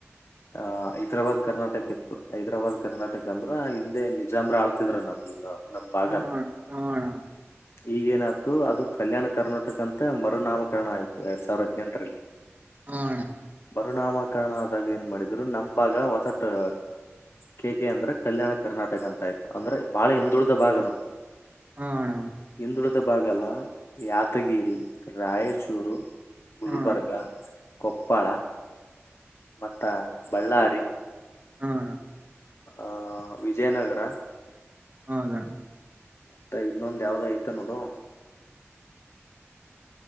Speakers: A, on the left; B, on the right.
A: ಆ ಹೈದ್ರಾಬಾದ್ ಕರ್ನಾಟಕ ಇತ್ತು ಹೈದ್ರಾಬಾದ್ ಕರ್ನಾಟಕ ಅಂದ್ರ ಹಿಂದೆ ನಿಜಾಮ್ರ ಆಳ್ತಿದ್ರ ನಮ್ ನಮ್ ಭಾಗನ.
B: ಹಣ ಹಣ
A: ಈಗೇನಾತ್ತು ಅದು ಕಲ್ಯಾಣ ಕರ್ನಾಟಕ ಅಂತ ಮರುನಾಮಕರಣ ಆಯ್ತು ಎರಡ್ ಸಾವಿರ ಹದ್ನೆಂಟರಲ್ಲಿ.
B: ಹಾ ಅಣ್ಣಾ
A: ಮರುನಾಮಕರಣ ಆದಾಗ ಏನ್ ಮಾಡಿದ್ರು ನಮ್ ಭಾಗ ಒಸಟ ಕೆ ಕೆ ಅಂದ್ರ ಕಲ್ಯಾಣ ಕರ್ನಾಟಕ ಅಂತ ಆಯ್ತು ಅಂದ್ರೆ ಬಾಳ ಹಿಂದುಳಿದ ಭಾಗ ನಮ್ದು.
B: ಹಣ
A: ಹಿಂದುಳಿದ ಭಾಗಲ್ಲ ಯಾತಗಿರಿ ರಾಯಚೂರು. ಗುಲ್ಬರ್ಗ
B: ಹಣ
A: ಕೊಪ್ಪಳ. ಮತ್ತ ಬಳ್ಳಾರಿ.
B: ಹು ಅಣ್ಣಾ
A: ಆ ವಿಜಯನಗರ.
B: ಹೌದಣ್ಣ.
A: ಮತ್ತ ಇನ್ನೊಂದ್ ಯಾವ್ದ ಆಯ್ತ ನೋಡು.